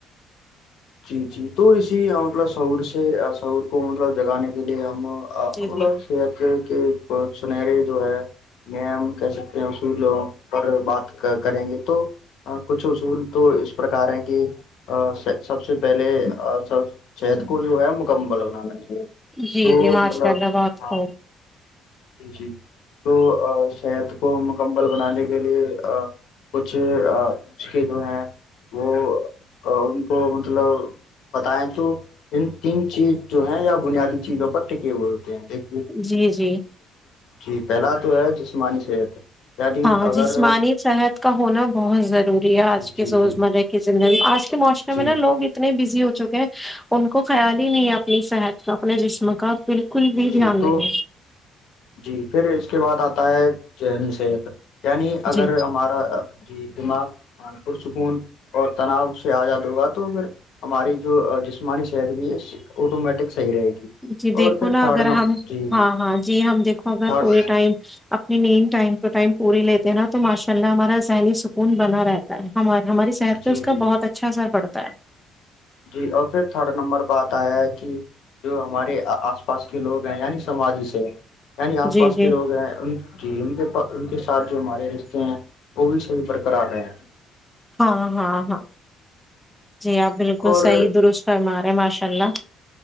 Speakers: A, on the left; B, in the centre.
A: جی جی تو اسی مطلب سور سے سور کو مطلب جگانے کے لیے ہم آ
B: جی
A: ہم
B: جی
A: سیا کہ کہ سنہرے جو ہے نیم کہہ سکتے ہیں اصول پر بات کریں گے تو کچھ اصول تو اس پرکار ہے کہ سب سے پہلے سب چہت کو جو ہے مکمل بنانا چاہیے
B: جی
A: تو
B: جی ماشاء
A: مطلب
B: اللہ بات
A: ہاں
B: خوں
A: جی جی تو صحت کو مکمل بنانے کے لیے کچھ نسخے جو ہیں وہ ان کو مطلب بتائیں تو ان تین چیز جو ہے یا بنیادی چیزوں پر ٹکے ہوئے ہوتے ہیں دیک
B: جی جی
A: جی پھیلا تو ہے جسمانی صحت یعنی
B: ہاں
A: اگر
B: جسمانی صحت کا ہونا بہت ضروری ہے
A: جی
B: آج
A: جی
B: کے روزمرہ
A: جی
B: کی زندگی <inaudible> معوشم
A: جی
B: میں ناوگ اتنے ب ہو چکے ہیں ان کو خیال ہی نہیں ہے اپنی صحت کا اپنے جسم کا بالکل کل بھی
A: جی
B: دام نہیں
A: تو
B: ہے
A: جی پھر اس کے بعد آتا ہے جین ست یعنی اگر
B: جی
A: ہمارا جی دماغ پرسکون اور تناؤ سے آزاد ہوگا تو پھر ہماری جو جسمانی صحت بھی ہے آٹو مٹک صحی رہے گی
B: جی دیکھو
A: اور پھر
B: نا
A: تھڈ
B: اگر
A: ن
B: ہم
A: جی
B: ہاں <unintelligible>
A: تھرڈ
B: <unintelligible> <unintelligible>
A: جی جی <unintelligible> <unintelligible>
B: جی جی
A: <unintelligible>
B: <unintelligible> <unintelligible>
A: اور